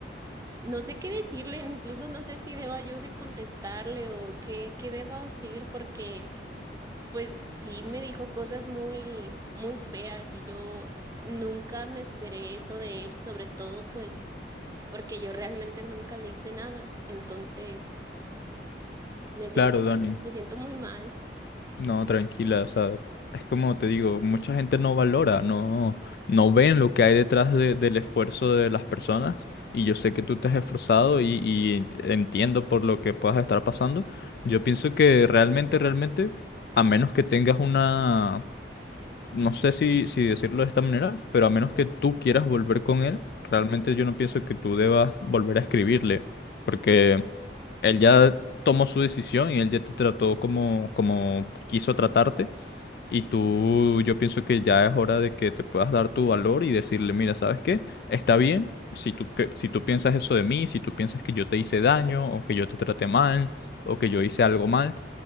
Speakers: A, on the right (about 20°); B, on the left (about 60°).
A: no sé qué decirle, incluso no sé si deba yo de contestarle o qué, qué deba hacer porque pues sí me dijo cosas muy, muy feas y yo nunca me esperé eso de él, sobre todo pues porque yo realmente nunca le hice nada, entonces... Me siento,
B: Claro, Dani.
A: me siento muy mal.
B: No, tranquila, o sea, es como te digo, mucha gente no valora, no, no ven lo que hay detrás de- del esfuerzo de las personas. Y yo sé que tú te has esforzado y, y entiendo por lo que puedas estar pasando. Yo pienso que realmente, realmente, a menos que tengas una, no sé si, si decirlo de esta manera, pero a menos que tú quieras volver con él, realmente yo no pienso que tú debas volver a escribirle, porque él ya tomó su decisión y él ya te trató como, como quiso tratarte. Y tú, yo pienso que ya es hora de que te puedas dar tu valor y decirle, mira, ¿sabes qué? Está bien si tú, cre- si tú piensas eso de mí, si tú piensas que yo te hice daño o que yo te traté mal o que yo hice algo mal